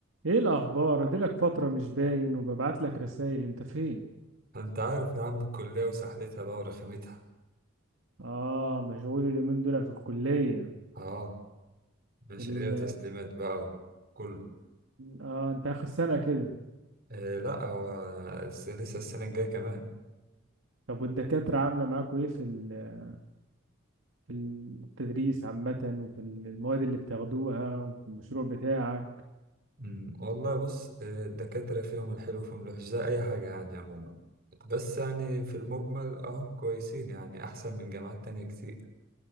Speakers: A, on the right; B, on the right.
A: ايه الاخبار اديلك فتره مش باين وببعت لك رسائل انت فين
B: انت عارف يا عم الكلية وسحلتها بقى ورخامتها
A: اه مشغول اليومين دول في الكليه
B: اه مشاريع
A: ال...
B: وتسليمات بقى وكله
A: اه انت اخر سنه كده
B: آه لا هو الس- لسه السنة الجاية كمان
A: طب والدكاتره عامله معاكوا ايه في ال- في التدريس عامه وفي المواد اللي بتاخدوها وفي المشروع بتاعك
B: مم. والله بص آه، الدكاترة فيهم الحلو وفيهم الوحش زي أي حاجة يعني عموما بس يعني في المجمل اه كويسين يعني أحسن من جامعات تانية كتير